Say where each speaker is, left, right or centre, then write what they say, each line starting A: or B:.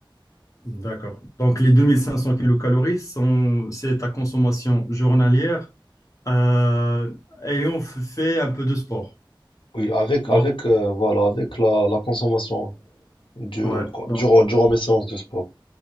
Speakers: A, on the left; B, on the left.
A: D'accord. Donc, les 2500 kilocalories sont, c'est ta consommation journalière, euh, ayant f- fait un peu de sport.
B: Oui, avec,
A: Donc,
B: avec, euh, voilà, avec la, la consommation du-
A: ouais. Donc,
B: durant, durant mes séances de sport.